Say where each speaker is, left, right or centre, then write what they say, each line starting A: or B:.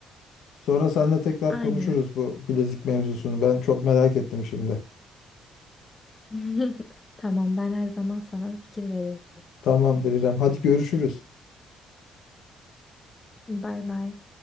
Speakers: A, on the left (about 80°); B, on the left (about 25°).
A: Sonra seninle tekrar
B: Aynen.
A: konuşuruz bu bilezik mevzusunu. Ben çok merak ettim şimdi.
B: <laughs> Tamam, ben her zaman sana fikir veririm.
A: Tamamdır İrem. Hadi görüşürüz.
B: Bay bay.